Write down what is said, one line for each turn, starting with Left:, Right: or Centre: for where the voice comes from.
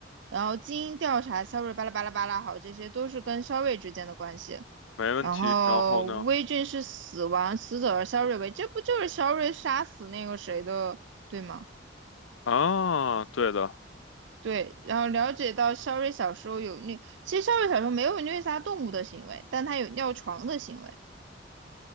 Right: 然后经调查，肖瑞巴拉巴拉巴拉，好，这些都是跟肖瑞之间的关系。
Left: 没问题。
Right: 然后威俊是死亡死者，
Left: 然后呢？
Right: 而肖瑞为，这不就是肖瑞杀死那个谁的，对吗？
Left: 啊，对的，
Right: 对，然后了解到肖瑞小时候有虐，其实肖瑞小时候没有虐杀动物的行为，但他有尿床的行为，